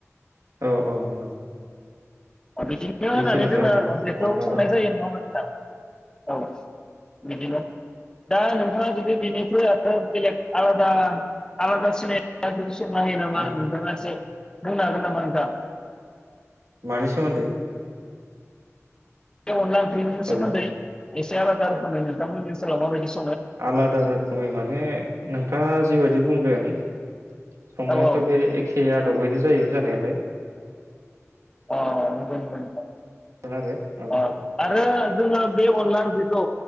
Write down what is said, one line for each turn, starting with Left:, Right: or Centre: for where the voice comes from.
Right: औ औ नंगौ।
Left: बिदिनो
Right: बेखिनियानो
Left: होनानै जोङो
Right: आरोना
Left: बेखौ
Right: अनला
Left: संनाय जायो नङा होमबा नोंथां? औ बिदिनो। दा नोंथाङा जुदि बेनिख्रुइ आरो बेलेग आलादा आलादा सिनाय नाया नोंस मानि नामा
Right: औ
Left: नोंथाङा एसे बुंनो हागोन नामा नोंथां
Right: मानि सोमोन्दै
Left: बे अनला बेनि
Right: हेलौ
Left: सोमोन्दै एसे आलादा रोखोमै नोंथांमोननि ओसोलाव माबायदि स
Right: आलादा रोखोमै माने नोंथाङा जिबायदि बुंदों संनायाथ
Left: औ
Right: बे एखे आदबैनो जायो जानाया लाय
Left: औ नंगौ नंगौ नोंथां
Right: जागोन आरो औ
Left: अ आरो जोङो बे अनला ओंख्रिखौ